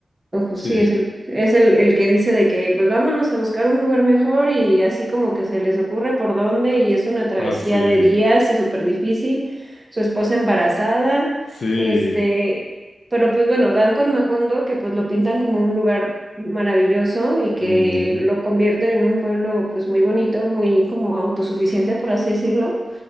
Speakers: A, on the right; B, on the left.
A: Ojo,
B: Sí,
A: sí, es el, es el, el que dice de que pues vámonos a buscar un lugar mejor y así como que se les ocurre por dónde y es una travesía
B: ah, sí,
A: de días, es súper difícil, su esposa embarazada,
B: sí,
A: este, pero pues bueno, dan con Macondo que pues lo pintan como un lugar maravilloso y que
B: ujú,
A: lo convierten en un pueblo pues muy bonito, muy como autosuficiente, por así decirlo,